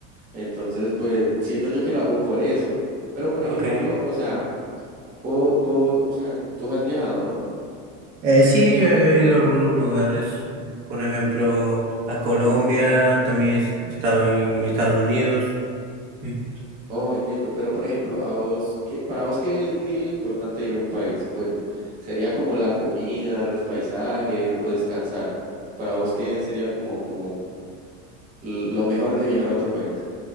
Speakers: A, on the right; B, on the right.
A: entonces pues siento yo que lo hago por eso, pero por
B: Ok.
A: ejemplo, o sea... Vos, vos, o sea, tú has viajado, ¿no?
B: Eh, sí, he ido a algunos lugares, por ejemplo, a Colombia, también he estado en Estados Unidos. Sí.
A: Oh, entiendo, pero por ejemplo, a vos, ¿qué, para vos qué, qué es lo importante de ir a un país? Bueno, sería como la comida, los paisajes o descansar. Para vos, ¿qué sería como, como lo mejor de viajar a otro país?